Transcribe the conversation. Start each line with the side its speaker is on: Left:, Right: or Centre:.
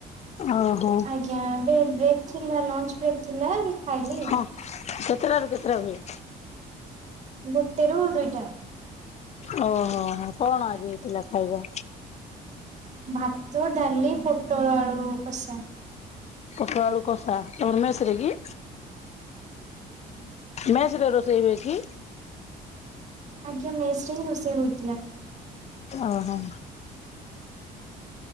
Left: ଓହୋ
Right: ଆଜ୍ଞା ଏବେ ବ୍ରେକ୍ ଥିଲା ଲଞ୍ଚ ବ୍ରେକ୍ ଥିଲା। ଖାଇଲି
Left: ହଁ
Right: ଆଉ।
Left: କେତେଟା ରୁ କେତେଟା ହୁଏ?
Right: ଗୋଟେରୁ ଦୁଇଟା।
Left: ଓହୋ କଣ ଆଜି ହେଇଥିଲା ଖାଇବା?
Right: ଭାତ, ଡ଼ାଲି, ପୋଟଳଆଳୁ କସା।
Left: ପୋଟଳ ଆଳୁ କଷା ତମର ମେସରେ କି।
Right: ହୁଁ।
Left: ମେସରେ ରୋଷେଇ ହୁଏ କି?
Right: ଆଜ୍ଞା ମେସରେ ହିଁ ରୋଷେଇ ହୋଉଥିଲା।
Left: ଓହୋ।